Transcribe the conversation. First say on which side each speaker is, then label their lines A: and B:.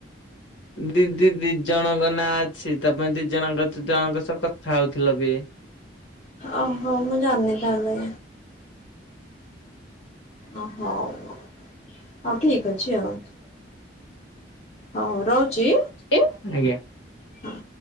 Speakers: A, on the left; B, on the left.
A: ଦିଦି ଦି ଜଣଙ୍କ ନାଁ ଅଛି, ତମେ ଦି ଜଣଙ୍କ ଦ ଜଣଙ୍କ ସହ କଥା ହଉଥିଲ ବି।
B: ଓହୋ। ମୁଁ ଜାଣିନି ତାହେଲେ। ଓ ହଉ। ହଉ ଠିକ ଅଛି ଆଉ। ହଁ ହଉ ରହୁଚି।
A: ଚି, ଆଜ୍ଞା।
B: ହଁ।